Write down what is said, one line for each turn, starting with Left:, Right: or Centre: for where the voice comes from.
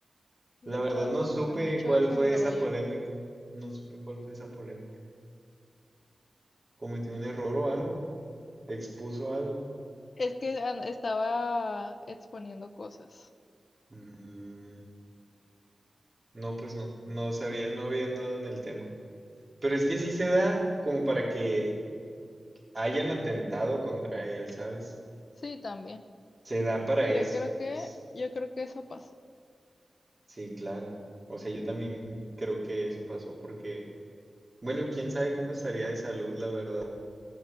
Right: La
Left: y estaba
Right: verdad no
Left: como
Right: supe
Left: que mucho
Right: cuál
Left: ese
Right: fue
Left: embrollo.
Right: esa polémica. No supe cuál fue esa polémica. ¿Cometió un error o algo? ¿Expuso algo?
Left: Es que an- estaba exponiendo cosas.
Right: Mm, no, pues no, no sabía, no había andado en el tema. Pero es que sí se da como para que hayan atentado contra él, ¿sabes?
Left: Sí, también.
Right: Se da para
Left: Y
Right: eso,
Left: yo creo
Right: pues.
Left: que, yo creo que eso pasó.
Right: Sí, claro. O sea, yo también creo que eso pasó porque, bueno, quién sabe cómo estaría de salud, la verdad.